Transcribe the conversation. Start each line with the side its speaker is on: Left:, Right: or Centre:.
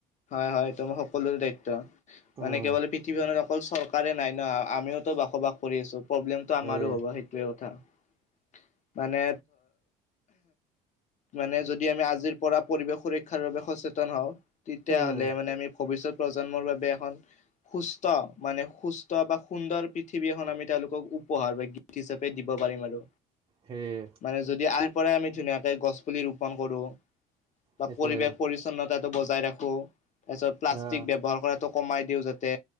Left: হয় হয় এইটো আমাৰ সকলোৰে দায়িত্ব মানে
Right: উম
Left: কেৱল পৃথিৱীখনত অকল চৰকাৰে নাই ন আমিওতো বসবাস কৰি আছো প্ৰব্লেমটো
Right: সেয়ে
Left: আমাৰো হ'ব সেইটোৱে কথা। <unintelligible> মানে মানে যদি আমি আজিৰ পৰা পৰিৱেশ সুৰ ক্ষাৰ বাবে সচেতন হওঁ তেতিয়াহলে
Right: উম
Left: মানে আমি ভৱিষ্যত প্ৰজন্মৰ বাবে এখন। সুস্থ মানে সুস্থ বা সুন্দৰ পৃথিৱীখন আমি তেওঁলোকক উপহাৰ বা গীত হিচাপে দিব পাৰিম আৰু
Right: সেয়ে
Left: মানে যদি আ পৰাই আমি ধুনীয়াকে গছ পুলি ৰোপন কৰো বা
Right: সেইটোৱে
Left: পৰিৱেশ পৰিচ্ছন্নতাটো বজাই ৰাখো তাৰপিছত প্লাষ্টিক
Right: আহ
Left: ব্যৱহাৰ কৰাটো কমাই দিওঁ যাতে।